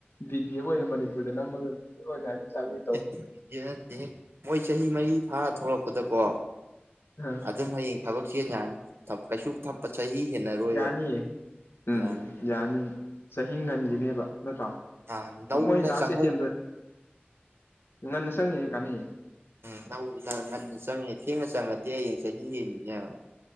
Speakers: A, on the left (about 70°); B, on the right (about 75°).
A: ꯕꯤꯗꯤ ꯑꯦꯐ ꯑꯣꯏꯅ ꯃꯅꯤꯄꯨꯔꯗ ꯅꯝꯃꯒ ꯑꯣꯏꯅ <unintelligible>
B: ꯑꯦ ꯕꯤ ꯗꯤ ꯑꯦꯐ ꯅꯠꯇꯦꯍꯦ ꯃꯣꯏ ꯆꯍꯤ ꯃꯔꯤ ꯐꯥꯔ ꯊꯣꯛꯂꯛꯄꯗꯀꯣ
A: ꯑ
B: ꯑꯗꯨꯝ ꯍꯌꯦꯡ ꯊꯕꯛ ꯆꯦꯟ ꯌꯥꯔꯅꯤ ꯊ ꯀꯩꯁꯨ ꯊꯄ ꯆꯍꯤ ꯍꯦꯟꯅꯔꯣꯏꯕ
A: ꯌꯥꯅꯤꯌꯦ ꯎꯝ
B: ꯌꯥꯔ
A: ꯌꯥꯅꯤ ꯆꯍꯤ ꯉꯟꯒꯤꯅꯦꯕ ꯅꯠꯇ꯭ꯔꯣ
B: ꯑꯥ ꯅꯧꯅ
A: ꯃꯣꯏ ꯂꯥꯁ
B: ꯆꯪꯍꯧ
A: ꯑꯦꯇꯦꯝꯗ ꯉꯟꯅ ꯆꯪꯉꯤꯉꯩ ꯀꯥꯅꯩꯌꯦ
B: ꯎꯝ <unintelligible> ꯉꯟꯅ ꯆꯪꯉꯦ ꯊꯦꯡꯅ ꯆꯪꯉꯗꯤ ꯍꯌꯦꯡ ꯆꯍꯤ ꯍꯦꯟꯒꯤꯅꯦ ꯍꯥꯏꯕ